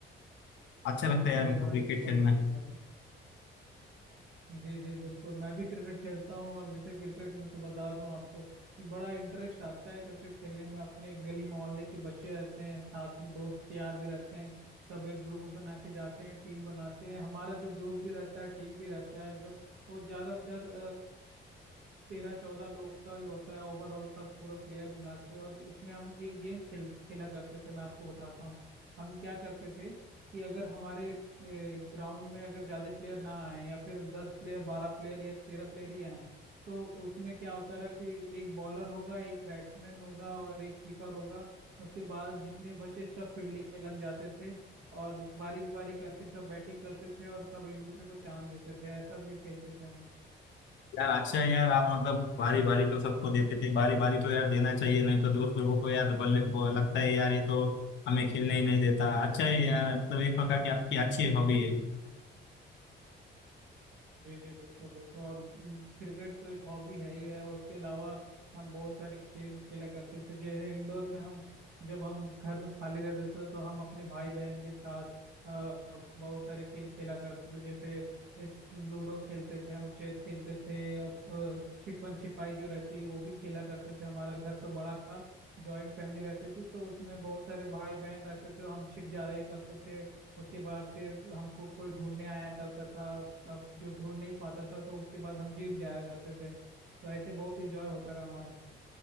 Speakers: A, on the left (about 65°); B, on the right (about 65°).
A: अच्छा लगता है यार
B: अरे
A: मेरे को
B: वाह
A: क्रिकेट
B: ये तो
A: खेलना
B: बड़ी अच्छी बात है जी जी बिल्कुल मैं भी क्रिकेट खेलता हूँ और जैसे क्रिकेट में तो बता दूं आपको कि बड़ा इंटरेस्ट आता है क्रिकेट खेलने में अपने गली मोहल्ले के बच्चे रहते हैं साथ में दोस्त यार भी रहते हैं सब एक ग्रुप बना के जाते हैं टीम बनाते हैं हमारा जो ग्रुप भी रहता है टीम भी रहता है जो वो ज़्यादातर तेरह चौदह लोग का ही होता है ओवरऑल सब पूरा प्लेयर मिला के और इसमें हम एक गेम खेल खेला करते थे मैं आपको बताता हूँ हम क्या करते थे कि अगर हमारे ग्राउंड में अगर ज्यादा प्लेयर ना आए या फिर दस प्लेयर बारह प्लेयर या तेरह प्लेयर ही आए तो उसमें क्या होता रहा कि एक बॉलर होगा एक बैट्समैन होगा और एक कीपर होगा उसके बाद जितने बचे सब फील्डिंग में लग जाते थे और बारी बारी करके सब बैटिंग करते थे और सब एक दूसरे को चांस देते थे ऐसा भी खेलते थे हम
A: यार अच्छा है यार आप मतलब बारी बारी तो सबको देते थे बारी बारी तो यार देना चाहिए नहीं तो दोस्त लोगों को यार बल्ले वो लगता है यार ये तो हमें खेलने ही नहीं देता अच्छा है यार मतलब एक प्रकार की आपकी अच्छी हॉबी है
B: जी जी बिल्कुल बिल्कुल और उम, क्रिकेट तो एक हॉबी है ही है और उसके अलावा हम बहुत सारे खेल भी खेला करते थे जैसे इंडोर में हम जब हम घर में खाली रहते थे तो हम अपने भाई बहन के साथ अ, बहुत सारे खेल खेला करते थे जैसे ए, लूडो खेलते थे हम चेस खेलते थे और, अ, छिपन छिपाई जो रहती है वो भी खेला करते थे हमारा घर तो बड़ा था जॉइंट फैमिली रहती थी तो उसमें बहुत सारे भाई बहन रहते थे हम छिप जाया करते थे उसके बाद फिर हमको कोई ढूंढने आया करता था अब जो ढूंढ नहीं पाता था तो उसके बाद हम जिम जाया करते थे तो ऐसे बहुत इंजॉय होता रहा हमारा